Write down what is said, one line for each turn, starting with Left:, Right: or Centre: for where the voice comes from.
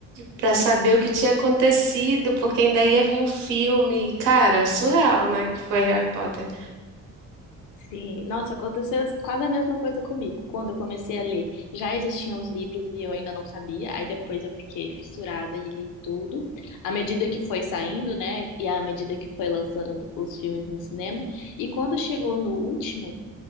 Right: Pra saber o que tinha acontecido, porque ainda ia vir um filme. Cara, surreal, né? Que foi Harry Potter.
Left: Sim, nossa, aconteceu quase a mesma coisa comigo. Quando eu comecei a ler, já existiam os livros e eu ainda não sabia. Aí depois eu fiquei fissurada e li tudo. À medida que foi saindo, né? E à medida que foi lançando os filmes no cinema. E quando chegou no último,